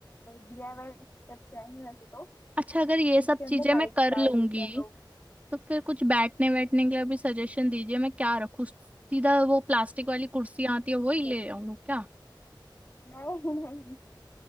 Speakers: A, on the left (about 25°); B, on the right (about 15°).
A: डीआईवाई टिप्स हैं ये वैसे तो
B: अच्छा अगर ये सब
A: उसके अंदर
B: चीजें
A: लाइट
B: मैं कर
A: डाल
B: लूंगी
A: देते हैं लोग
B: तो फिर कुछ बैठने बैठने के लिए भी सजेशन दीजिए मैं क्या रखूँ सीधा वो प्लास्टिक वाली कुर्सी आती है वो ही ले
A: देखिए
B: आऊँ क्या
A: नहीं नहीं